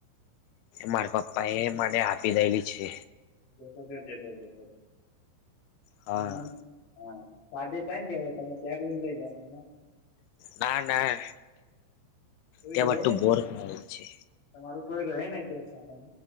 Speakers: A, on the left; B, on the left.
A: મારા પપ્પા એ મને આપી દેલી છે.
B: જતો જ જતો જતો
A: હા
B: એમને. હા સાધે ટ જવા તમે ત રૂમ લઈ લને.
A: ના ના.
B: તોય
A: ત્યાં
B: રહે
A: બટું
B: ને
A: બોર થયું છે
B: તમારું ટય રહે ને ત્યાં સાધા.